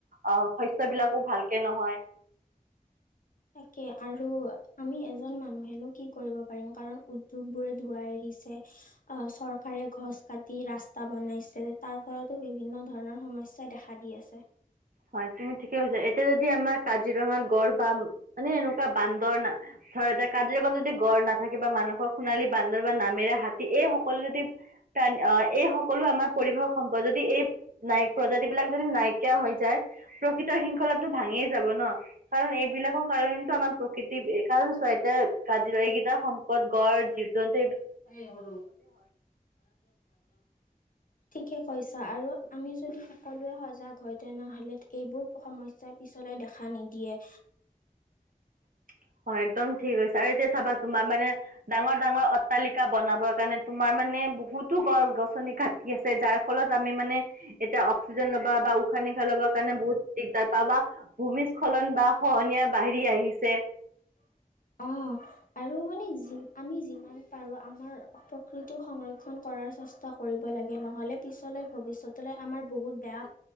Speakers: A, on the right; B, on the left.
A: অ শস্যবিলাকো ভালকে নহয়।
B: তাকে আৰু আমি এজন মানুহেনো কি কৰিব পাৰিম কাৰণ উদ্যোগবোৰে ধোৱা এৰি। পিছে চৰকাৰে গছ কাটি ৰাস্তা বনাইছে তাৰ ফলতো বিভিন্ন ধৰণৰ সমস্যাই দেখা দি আছে।
A: হয় তুমি ঠিকেই কৈছা এতিয়া যদি আমাৰ কাজিৰঙাত গড় বা মানে এনেকুৱা বান্দৰ না ধৰা যায় কাজিৰঙা যদি গড় নাথাকে বা মানুহৰ সোণালী বান্দৰ বা নামেৰে হাতী এই সকলো যদি কাৰণ এ এই সকলো আমাৰ পৰিৱেশৰ সম্পদ যদি এই নাই প্ৰজাতি বিলাক যদি নাইকিয়া হৈ যায়। প্ৰকৃতৰ শৃংখলাটো ভাঙিয়েই যাব ন কাৰণ এইবিলাকৰ কাৰণটো আমাৰ প্ৰকৃতিৰ কাৰণ হয় তো কাজিৰঙা এইকেইটা সম্পদ গড় জীৱ জন্ত।
B: এ সৰু ঠিকেই কৈছা আৰু আমি যদি সকলোৱে সজাগ হয় তেনেহলে এইবোৰ সমস্যাই পিছলে দেখা নিদিয়ে।
A: <inaudible> হয় একদম ঠিকে কৈছা আৰু এতিয়া চাবা তোমাৰ মানে ডাঙৰ ডাঙৰ অট্টালিকা বনাবৰ কাৰণে তোমাৰ মানে বহুতো গছ গছনি কাটি আছে যাৰ ফলত আমি মানে এতিয়া অক্সিজেন লব বা উশাহ পানী খাই লবৰ কাৰণে বহুত দিগদাৰ পা বা ভূমিস্খলন বা খহনীয়া ৰ্বাহি আহিছে।
B: অ', আৰু মানে যি আমি যিমান পাৰোঁ আমাৰ প্ৰকৃতি সংৰক্ষণ কৰাৰ চেষ্টা কৰিব লাগে। নহলে পিছলৈ ভৱিষ্যতলৈ আমাৰ বহুত বেয়া